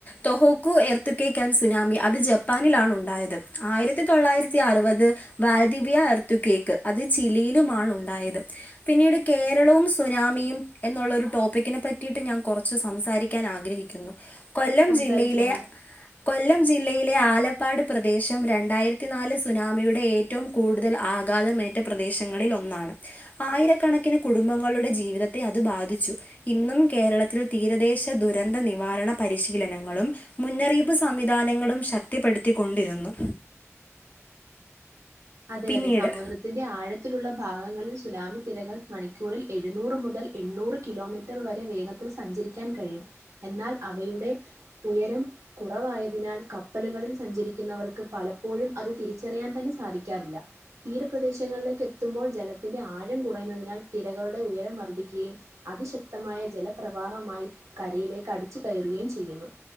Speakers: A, on the left; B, on the right.
A: തൊഹോക്കു എർത്ത കേക്കാൻ സുനാമി അത് ജപ്പാനിലാണ് ഉണ്ടായത് ആയിരത്തി തൊള്ളായിരത്തി അറുപത് വാ ദിവ്യ എർത്തു കേക്ക് അത് ചിലിയിലുമാണ് ഉണ്ടായത് പിന്നീട് കേരളവും സുനാമിയും എന്നുള്ളൊരു ടോപ്പിക്കിനെ പറ്റിട്ട് ഞാൻ കൊറച്ച് സംസാരിക്കാൻ ആഗ്രഹിക്കുന്നു കൊല്ലം
B: സംസാരിച്ചോളൂ.
A: ജില്ലയിലെ കൊല്ലം ജ് ജില്ലയിലെ ആലപ്പാട് പ്രദേശം രണ്ടായിരത്തി നാല് സുനാമിയുടെ ഏ ഏറ്റവും കൂടുതൽ ആഘാതമേറ്റ പ്രദേശങ്ങളിൽ ഒന്നാണ് ആയിരക്കണക്കിന് കുടുംബങ്ങളുടെ ജീവിത ത്തെ അത് ബാധിച്ചു ഇന്നും കേരളത്തിൽ തീരദേശ ദുരന്ത നിവാരണ പരിശീലനങ്ങളും മുന്നറിയിപ്പ് സംവിധാനങ്ങളും ശക്തിപ്പെടുത്തിക്കൊണ്ടിരുന്നു
B: അതെ
A: പിന്നീട്
B: അതെ സമുദ്രത്തിന്റെ ആഴത് ത്തിലുള്ള ഭാഗങ്ങളിൽ സുനാമി തിരകൾ മണിക്കൂറിൽ എഴുന്നൂറ് മുതൽ എണ്ണൂറ് കിലോമീറ്റർ വരെ വേഗത്തി സഞ്ചരിക്കാൻ കഴിയും എന്നാൽ അവയുടെ ഉയരം കുറവായതിനാൽ കപ്പലുകൾ സഞ്ചരിക്കുന്നവർക്ക് പലപ്പോഴും അത് തിരിച്ചറിയാൻ തന്നെ സാധിക്കാറില്ല തീരപ്രദേശങ്ങളിലേക്ക് എത്തുമ്പോൾ ജലത്തിന്റെ ആഴം കുറയുന്നതിനാൽ തിരകളുടെ ഉയരം വർദ്ധിക്കുകയും അതിശക്തമായ ജലപ്രവാഹമായി കരയിലേക്ക് അടിച്ചു കയറുകയും ചെയ്യുന്നു